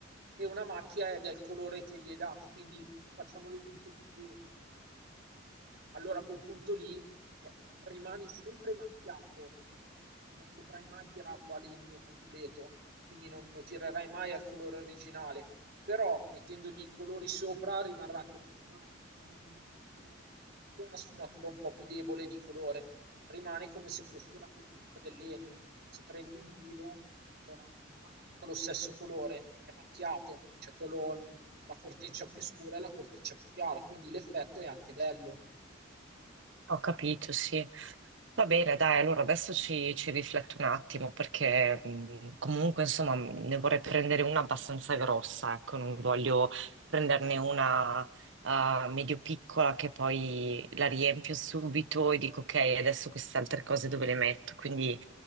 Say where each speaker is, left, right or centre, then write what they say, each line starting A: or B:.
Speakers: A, on the right (about 50°); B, on the right (about 70°).
A: e una macchia è del colore che gli è dato. Quindi facciamo l'esempio ciliegia. Allora a quel punto lì eh, rimane sempre macchiato perché non potrai mai tirarlo a legno completo, quindi non lo tirerai mai al colore originale. Però mettendogli i colori sopra rimarrà che ci sarà una sfumatura un po' più, una sfumatura un po' più debole di colore rimane come se fosse la corteccia del legno. Se prendi un pino, non ha, non ha tutto lo stesso colore, è macchiato, cioè quello, la corteccia più scura e la corteccia più chiara, quindi l'effetto è anche bello.
B: Ho capito, sì. Va bene, dai, allora adesso ci, ci rifletto un attimo perché mh, comunque, insomma, mh, ne vorrei prendere una abbastanza grossa, ecco, non voglio prenderne una eh, medio piccola che poi la riempio subito e dico ok, adesso queste altre cose dove le metto? Quindi